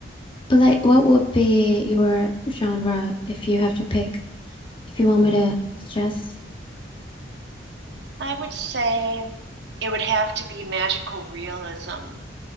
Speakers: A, on the left; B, on the right.
A: But like, what would be your genre if you have to pick? If you want me to suggest?
B: I would say it would have to be magical realism.